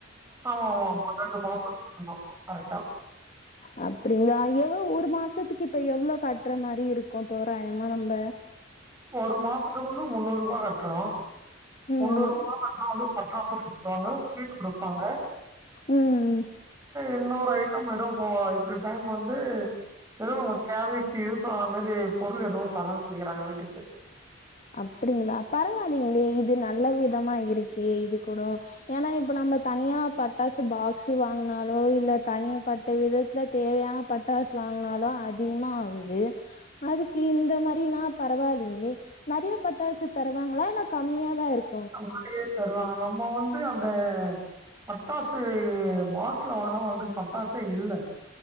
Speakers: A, on the right; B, on the left.
A: ஆமாம்மா பன்னெண்டு மாச கட்டனு கரெக்டா
B: அ அப்டிங்களா எவ்வோ ஒரு மாசத்துக்கு இப்ப எவ்ளோ கட்டுற மாரி இருக்கு தோராயமா நம்ப
A: ஒரு மாசத்துக்கு ஒன்னு முன்னூறு ரூபா கட்டுறோ
B: ம்
A: முன்னூறு ரூபா கட்னாலு பட்டாசு குடுத்துருவாங்க ஸ்வீட் குடுப்பாங்க
B: ம்
A: இன்னொரு ஐட்டம் ஏதோ போ இந்த டைம் வந்து எதோ நங்க தேவைக்கு யூஸ் ஆகுர மாரி பொருள் எதோ தரேன்னு சொல்லிக்கிறாங்க வீட்டுக்கு
B: அப்டிங்ளா பரவாயில்லிங்ளே இது நல்ல விதமா இருக்கே இது கூட ஏன்னா இப்ப நம்ம தனியா பட்டாசு பாக்ஸ் வாங்கினாலோ இல்ல தனி பட் ட்ட விதத்துல தேவையான பட்டாசு வாங்கினாலு அதிகமா ஆகுது அதுக்கு இந்த மாரினா பரவாயில்லிங்ளே நெறைய பட்டாசு தருவாங்ளா இல்ல கம்மியா தா இருக்
A: ஆமா நெறைய தருவாங்க நம்ம வந்து அந்த பட்டாசு பாக்ஸ்ல வாங்கினா வந்து பட்டாசே இல்ல